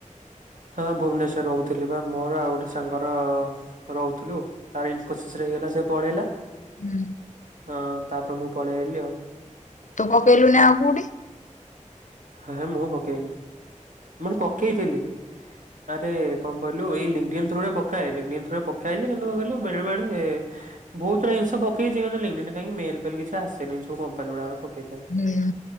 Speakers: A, on the right (about 75°); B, on the left (about 70°).
A: ହଁ ଭୁବନେଶ୍ଵର ରହୁଥିଲି ବା ମୋର ଆଉ ଗୋଟେ ସାଙ୍ଗର। ରହୁଥିଲୁ ତାର ଇନଫୋସିସ୍ ରେ ହେଇଗଲା ସେ ପଳେଇଲା।
B: ହୁଁ।
A: ହଁ ତାପରେ ମୁଁ ପଳେଇ ଆଲି ଆଉ।
B: ତୁ ପକେଇଲୁନି ଆଉ କୋଉଠି।
A: ହେ ହେ ମୁଁ ପକେଇନି ମୁଁ ଫୁଣି ପକେଇଥିଲି ଆରେ କଣ କହିଲୁ ଏଇ ଲିଙ୍ଗଡିନ ଥ୍ରୋ ରେ ପକାଏ ଲିଙ୍ଗଡିନ ଥ୍ରୋ ରେ ପକାଏ ଜେ କିନ୍ତୁ କଣ କହିଲୁ ବେଳେ ବେଳେ ବହୁତଗୁଡା ଜିନିଷ ପକେଇଚି କାଇଁ ଲିଙ୍ଗଡିନ କାଇଁ ମେଲ ଫେଲ କିଛି ଆସିନି ଯୋଉ କମ୍ପାନୀ ଗୁଡା ର ପକେ ପେଇଥାଏ
B: ହୁଁ